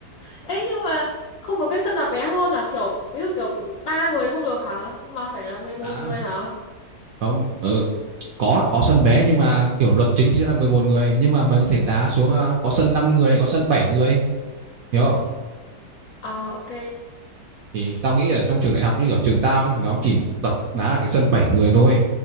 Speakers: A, on the left (about 75°); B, on the right (about 70°).
A: ê, nhưng mà không có cái sân nào bé hơn là kiểu ví dụ kiểu ba người không được hả? Mà phải là 11
B: à
A: người hả?
B: không ừ, có có sân bé nhưng mà kiểu luật chính thì sẽ là mười một người nhưng mà mày có thể đá xuống ờ, có sân năm người có sân bảy người hiểu không
A: À ok.
B: thì tao nghĩ ở trong trường đại học như ở trường tao ấy, thì nó chỉ tập đá ở cái sân 7 người thôi